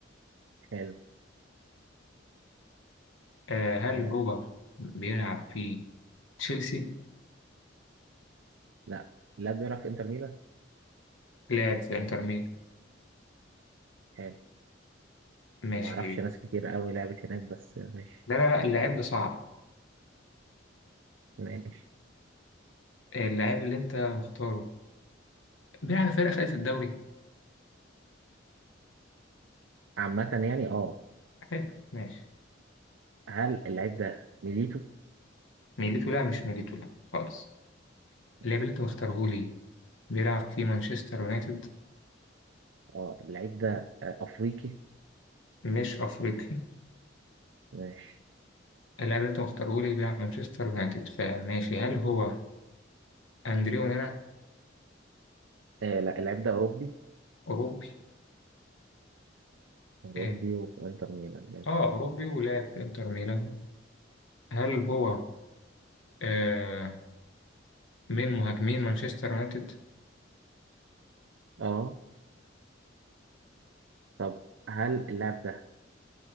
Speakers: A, on the right; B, on the left.
A: حلو
B: آه هل
A: آه
B: هو بيلعب في تشيلسي
A: لا لا بيلعب في إنتر ميلان؟
B: لعب في انتر ميلان
A: حلو
B: ماشي
A: أنا ما أعرفش ناس كتير قوي لعبت هناك بس ماشي
B: لا لا لا اللاعب ده صعب
A: ماشي
B: اللاعب اللي انت مختاره بيلعب في فرقة خدت الدوري
A: عامة يعني أه
B: حلو ماشي
A: هل اللعيب ده ميليتو؟
B: ميليتو لا مش ميليتو لا خالص اللاعب
A: ماشي
B: اللي انت مختاره لي بيلعب في مانشستر يونايتد
A: اه اللعيب ده آه، افريقي
B: مش افريقي
A: ماشي
B: اللاعب اللي انت مختاره لي بيلعب في مانشستر يونايتد فماشي هل هو أندريه أونانا
A: آه لا اللعيب ده اوروبي
B: أوروبي
A: اوروبي
B: آه
A: وفي انتر ميلان ماشي
B: آه، أوروبي ولاعب إنتر ميلان هل هو آه من مهاجمين مانشستر يونايتد؟
A: اه طب هل اللاعب ده